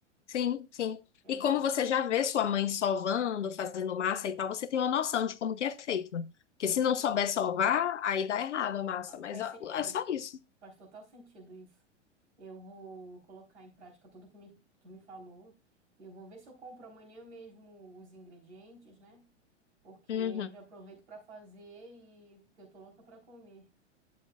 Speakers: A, on the left; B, on the right.
A: Sim, sim.
B: Eu
A: E
B: já.
A: como você já vê sua mãe sovando, fazendo massa e tal, você tem uma noção de como que é feito, né? Porque
B: Uhum,
A: se não souber sovar, aí dá errado a massa,
B: ah, faz
A: mas é
B: sentido.
A: é só isso.
B: Faz total sentido isso. Eu vou colocar em prática tudo que me, tu me falou. Eu vou ver se eu compro amanhã mesmo os ingredientes, né? Porque
A: Uhum.
B: eu já aproveito para fazer e que eu tô louca para comer.